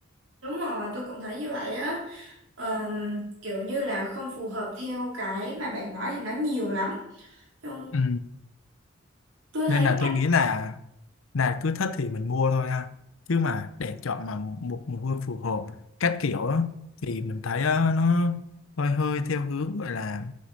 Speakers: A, on the right; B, on the left.
A: Đúng rồi, tôi cũng thấy như vậy á. Ờm, kiểu như là không phù hợp theo cái mà bạn nói thì nó nhiều lắm. Nhưng
B: ừ.
A: tôi thấy
B: nên là
A: nha,
B: tôi nghĩ là là cứ thích thì mình mua thôi ha chứ mà để chọn mà một mùi hương phù hợp các kiểu á, thì mình thấy ờ, nó hơi hơi theo hướng gọi là